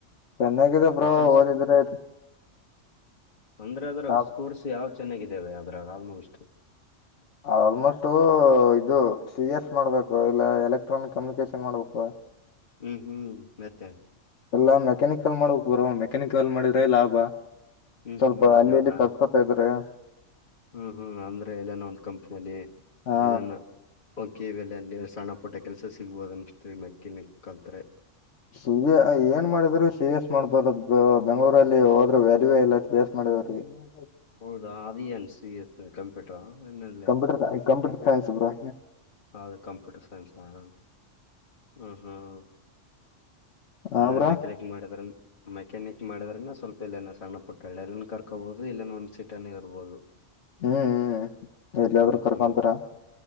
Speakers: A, on the left (about 70°); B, on the left (about 40°).
A: ಚೆನ್ನಾಗಾಗಿದೆ ಬ್ರೋ
B: ಎಸ್ ಎಲ್ ಸಿ
A: ಓದಿದ್ರೆ ಆಯ್ತು
B: ಅಂದ್ರೆ ಅದ್ರ
A: ಹಾ
B: ಸ್ಕೋರ್ಸ್ ಯಾವ್ ಚೆನ್ನಾಗಿದ್ದೇಾವ ಅದ್ರಾಗ ಆಲ್ಮೋಸ್ಟ್
A: ಆಲ್ಮೋಸ್ಟು ಇದು ಸಿ ಎಸ್ ಮಾಡ್ಬೇಕು ಇಲ್ಲ ಎಲೆಕ್ಟ್ರಾನಿಕ್ ಕಮ್ಯುನಿಕೇಶನ್ ಮಾಡ್ಬೇಕು
B: ಹ್ಮ್ ಹ್ಮ್ ಮತ್ತೆ
A: ಎಲ್ಲಾ ಮೆಕ್ಯಾನಿಕಲ್ ಮಾಡಬೇಕಕ್ ಬರುವ ಮೆಕ್ಯಾನಿಕಲ್ ಮಾಡಿದ್ರೆ ಲಾಭ
B: ಹ್ಮ್
A: ಸ್ವಲ್ಪ
B: ಹ್ಮ್
A: ಅಲ್ಲಿ
B: ಹೌದಾ
A: ಇಲ್ಲಿ ಕರ್ಕೊತ ಇದ್ರೆ
B: ಹ್ಮ್ ಹ್ಮ್ ಅಂದ್ರೆ ಇದದನ ಒಂದು ಕಂಪ್ನಲಿ
A: ಹಾ
B: ದನ ಓಕೆ ಇವೆಲ್ಲ ಅಲ್ಲಿ ಸಣ್ಣ ಪುಟ್ಟ ಕೆಲ್ಸ ಸಿಗ್ಬೋದ ಅನ್ಸವಿ ಮೆಕ್ಯನಿಕ್ ಕಲ್ತ್
A: ಸಿ ಏನ್ ಮಾಡಿದ್ರು ಸಿ ಎಸ್ ಮಾಡ್ಬಾರ ಬೆಂಗ್ರಲ್ಲಿ ಹೋದ್ರರು ವ್ಯರಿವೇ ಇಲ್ಲ ಸಿ ಎಸ್ ಮಾಡ <unintelligible>
B: ಹೌದಾ ಅಅನ್ಸ ಎಸ್ ಕಂಪ್ಯೂಟರ್ ಏನಲ್ಲಿ
A: ಕಂಪ್ಯೂಟರ್ ಕಂಪ್ಯೂಟರ್ ಸೈನ್ಸ್ ಬ್ರಾ
B: ಹೌದು ಕಂಪ್ಯೂಟರ್ ಸೈನ್ಸ್ ಹ್ಮ ಹ್ಮ್
A: ಹಾ
B: ಅಂದ್ರ
A: ಬ್ರೋ
B: ಮೆಕ್ಯಾನಿಕ್ ಮಾಡದ್ರ ಮೆಕ್ಯಾನಿಕ್ ಮಾಡಿದ್ರನ ಸ್ವಲ್ಪ ಎಲ್ಲನ ಸಣ್ಣ ಪುಟ್ಟಳ್ಳ ಎಲ್ಲನ್ ಕರ್ಕೊಬಹುದು ಇಲ್ಲಂದ ಒಂದ್ ಸೀಟನ ಇರ್ಬೋದು
A: ಹ್ಮ್ ಹ್ಮ್ ಎಲ್ಲಯಾದ್ರೂ
B: ಹ್ಮ್
A: ಕರ್ಕೊಂತರ
B: ಹ್ಮ್